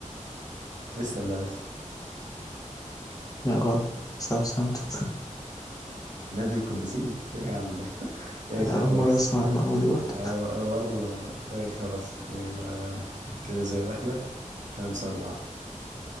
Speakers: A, on the right (about 70°); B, on the left (about 25°).
A: كريستال بالاس
B: لا غلط ساوثهامبتون <laughs>
A: نادي القديسين ايه يا عم ده <laughs> ماشي
B: أنا أول
A: خلاص
B: مرة أسمع المعلومة دي برضه
A: انا انا برضه ما ماشي خلاص يبقى كده زي ما احنا خمسة أربعة